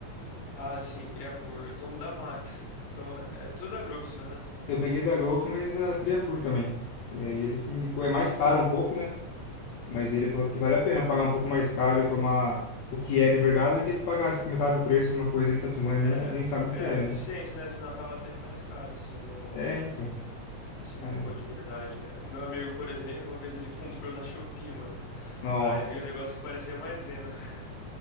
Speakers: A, on the left; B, on the left.
A: Ah, sim, queria por. Eu tomo da Max. Você toma... É tudo da Growth, seu, né?
B: Eu peguei da Growth, mas a Creapure também. E aí ele que indicou, é mais caro um pouco, né? Mas ele falou que vale a pena pagar um pouco mais caro e tomar o que é de verdade do que pagar tipo, metade do preço numa coisa que você tá tomando e
A: É,
B: nem, nem sabe
A: é
B: o que é,
A: a eficiência,
B: né?
A: né? Senão acaba saindo mais caro se não,
B: É, então.
A: se
B: Aí.
A: não for de verdade, né? Meu amigo, por exemplo, uma vez ele <laughs> comprou na Shopee, mano.
B: Nossa.
A: Aí veio um negócio que parecia maisena. <laughs>